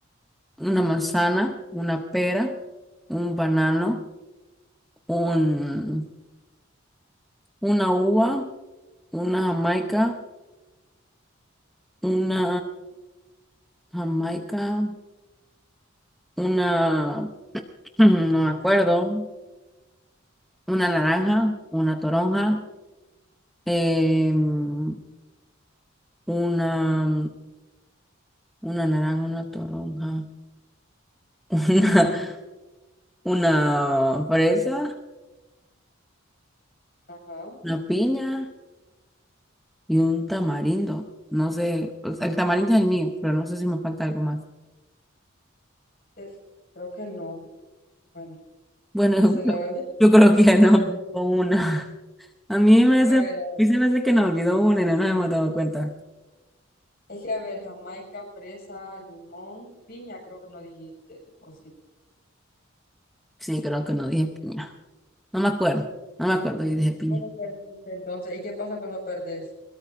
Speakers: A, in the centre; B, on the left (about 45°).
A: una manzana, una pera, un banano un, una uva, una jamaica, una jamaica, una, <clears throat> no me acuerdo, una naranja, una toronja, em, una, una naranja, una toronja, <laughs> una, una fresa,
B: Ajá.
A: una piña y un tamarindo. No sé, o sea, el tamarindo es el mío, pero no sé si me falta algo más.
B: Te- Creo que no. Bueno,
A: Bueno,
B: no
A: <laughs> yo
B: sé, la
A: creo,
B: verdad.
A: yo creo que ya
B: A
A: no,
B: ver,
A: o una. A mí me hace,
B: a ver,
A: a
B: a ver.
A: mí se me hace que nos olvidó una y no nos hemos dado cuenta.
B: Es que, a ver, Jamaica, fresa, limón, piña, creo que no dijiste, ¿o sí?
A: Sí, creo que no dije piña. No me acuerdo. No me acuerdo si dije piña.
B: Bueno, perdiste entonces. ¿Y qué pasa cuando perdés?